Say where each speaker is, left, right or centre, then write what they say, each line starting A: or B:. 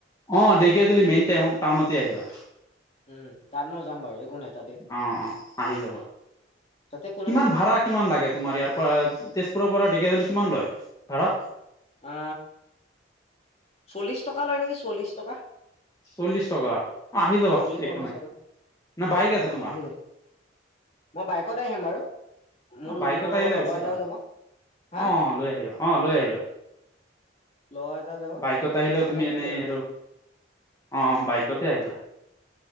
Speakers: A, on the left (about 20°); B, on the left (about 35°).
A: অ দে, মেই টাউনতে আহিবা।
B: উম তাত মই যাম বাৰু একো নাই ততে
A: অ অ আহি যাবা
B: তাতে কোনো।
A: কিমান
B: কথা
A: ভাড়া
B: নাই
A: কিমান লাগে তোমাৰ ইয়াৰ পৰা তেজপুৰৰ পৰা ঢেকিয়াজুলি কিমান লয় ভাড়া,
B: আ চল্লিছ টকা লয় নেকি চল্লিছ টকা।
A: চল্লিশ টকা আহি যাবা
B: চল্লিশ
A: একো
B: পঞ্চাশ
A: নাই
B: টকা
A: ন বাইক আছে
B: অ
A: তোমাৰ।
B: আহি যায় মই বাইকত আহিম বাৰু মোৰ
A: অ বাইকত
B: মোৰ লগত
A: আহিলে
B: লগৰ
A: বেছি
B: এটাও
A: ভাল
B: যাব হা
A: অ অ লৈ আহিবা অ লৈ আহিবা।
B: লগৰ এটাও যাব
A: বাইকত আহিলেও
B: এনেকে
A: তুমি এনেই
B: কৰিম
A: আৰু অ বাইকতে
B: উম
A: আহিবা।